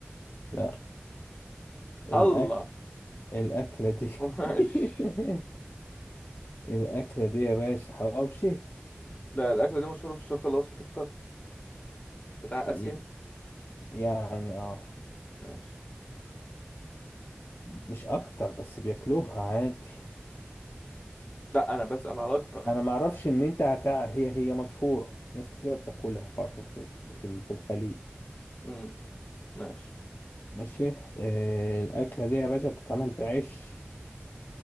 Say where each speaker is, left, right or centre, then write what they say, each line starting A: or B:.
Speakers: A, on the left (about 55°); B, on the left (about 35°).
A: لا الأكل
B: الله
A: الأكلة دي
B: ماشي
A: <laughs> الأكلة دي يا باشا حواوشي
B: لا الأكلة دي مشهورة في الشرق الأوسط أكتر بتاع
A: ي-
B: آسيا
A: يعني اه
B: ماشي
A: مش أكتر بس بياكلوها عادي
B: لا أنا بسأل على أكتر
A: أنا معرفش إن أنت هتع... هي هي مشهورة ناس كتير بتاكلها بره في في ال- في الخليج
B: امم ماشي
A: ماشي آه، الأكلة دي يا باشا بتتعمل بعيش